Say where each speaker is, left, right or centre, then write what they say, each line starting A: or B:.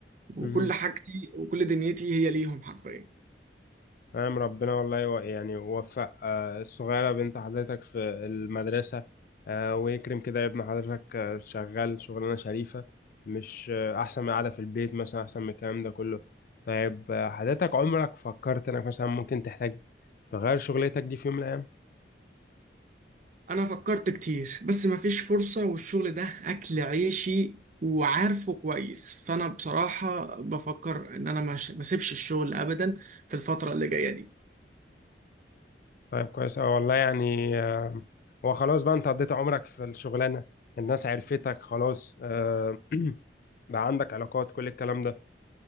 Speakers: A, on the right; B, on the left.
A: وكل
B: مهم.
A: حاجتي وكل دنيتي هي ليهم حرفيا
B: نعم ربنا والله يو- يعني وفق آه، الصغيرة بنت حضرتك في المدرسة آه، ويكرم كده ابن حضرتك آه، شغال شغلانة شريفة مش آه، أحسن من قاعدة في البيت مثلا أحسن من الكلام ده كله طيب آه، حضرتك عمرك فكرت إنك مثلا ممكن تحتاج تغير شغلتك دي في يوم من الأيام؟
A: انا فكرت كتير بس مفيش فرصة والشغل ده اكل عيشي وعارفه كويس فانا بصراحة بفكر ان انا مش ما اسيبش الشغل ابدا في الفترة اللي جاية دي
B: طيب كويس أوي والله يعني آه، هو خلاص بقى أنت قضيت عمرك في الشغلانة الناس عرفتك خلاص آه، <clears throat> بقى عندك علاقات كل الكلام ده